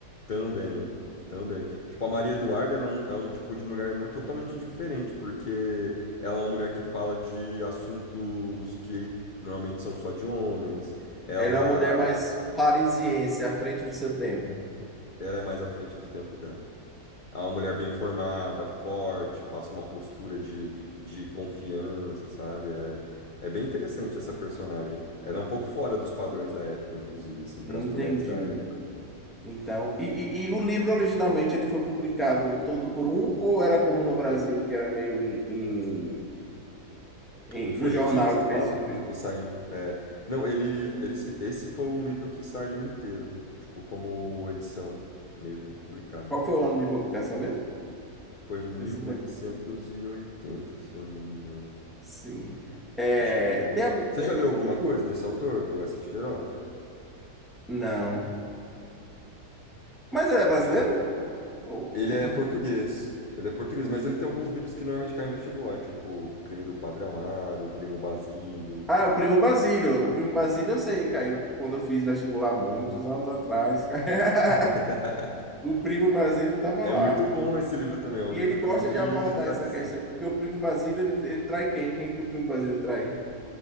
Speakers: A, on the left; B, in the centre.
A: Também, também. Tipo, a Maria Eduarda, ela é um, ela é um tipo de mulher mu- totalmente diferente, porque ela é uma mulher que fala de assuntos que normalmente são só de homens. Ela,
B: Ela é uma mulher mais parisiense, à frente do seu tempo.
A: ela é mais à frente do tempo dela. É uma mulher bem formada, forte, passa uma postura de, de confiança, sabe? É, é bem interessante essa personagem. Ela é um pouco fora dos padrões da época, inclusive, assim, para
B: Entendi.
A: as mulheres da época.
B: Então, e, e- e o livro originalmente ele foi publicado todo por um, ou era como no Brasil, que era meio em, em- em-
A: Em folhetim,
B: no jornal
A: você
B: de
A: fala?
B: vez em vez?
A: Tipo, sai em- é, Não, ele, ele... se- Esse foi um livro que saiu inteiro. Tipo, como edição mesmo, publicada.
B: Qual foi o ano de publicação mesmo?
A: Foi mil
B: Você se lembra?
A: oitocentos e oitenta, se eu não me engano.
B: Sim. É,
A: Acho que foi.
B: tem algum.
A: Você
B: é,
A: já leu alguma
B: é, é,
A: coisa
B: o-
A: desse autor, do Eça de Queiroz?
B: não. Mas ele é brasileiro
A: Tipo,
B: ou,
A: ele
B: ou
A: é
B: português?
A: português. Ele é português, mas ele tem alguns livros que normalmente caem em vestibular, tipo Crime do Padre Amaro, Primo Basílio.
B: Ah, o Primo Basílio. O Primo Basílio eu sei, caiu quando eu fiz vestibular muitos anos atrás. <laughs>
A: <laughs>
B: O Primo Basílio estava
A: É
B: lá.
A: muito bom esse livro também, é um
B: E
A: livro
B: ele gosta
A: também de,
B: de abordar
A: de traição.
B: essa questão de que o primo Basílio, ele, ele trai quem? Quem que o primo Basílio trai?